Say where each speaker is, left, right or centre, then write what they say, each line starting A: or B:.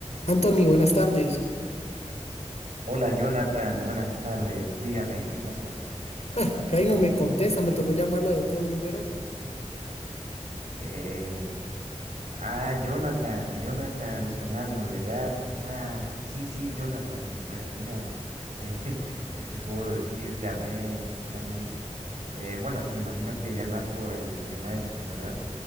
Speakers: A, on the left; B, on the right.
A: Anthony, buenas tardes.
B: Hola Jonathan, buenas tardes. Dígame, ¿qué pasó?
A: Ah, que ahí no me contesta, me tocó llamarlo de otro número.
B: Eh, ah, Jonathan, Jonathan Solano, ¿verdad? Ah, sí, sí, Jonathan. Pues mira, eh, <laughs> ¿qué te puedo decir? Dame, dame, eh, bueno, me imagino que llamas por el tema este, ¿verdad?